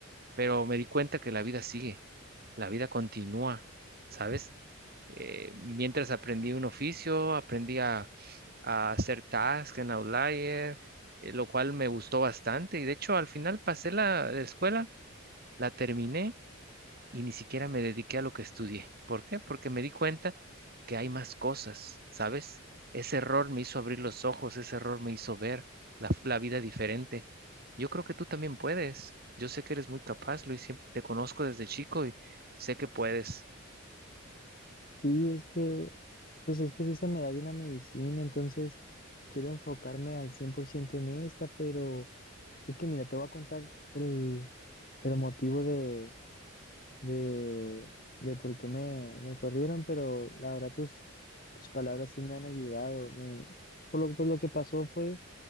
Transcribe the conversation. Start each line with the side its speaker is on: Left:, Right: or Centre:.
Right: Pero me di cuenta que la vida sigue, la vida continúa, ¿sabes? Eh, mientras aprendí un oficio, aprendí a, a hacer tasks en Outlier, eh, lo cual me gustó bastante. Y de hecho, al final pasé la, la escuela, la terminé y ni siquiera me dediqué a lo que estudié. ¿Por qué? Porque me di cuenta que hay más cosas, ¿sabes? Ese error me hizo abrir los ojos, ese error me hizo ver la, la vida diferente. Yo creo que tú también puedes. Yo sé que eres muy capaz, Luis, siempre te conozco desde chico y sé que puedes.
Left: Sí, es que, pues es que sí se me da bien la medicina, entonces quiero enfocarme al 100% en esta, pero... Es que mira, te voy a contar el, el motivo de, de, de por qué me, me corrieron, pero la verdad tus, tus palabras sí me han ayudado. Me, por lo, pues lo que pasó fue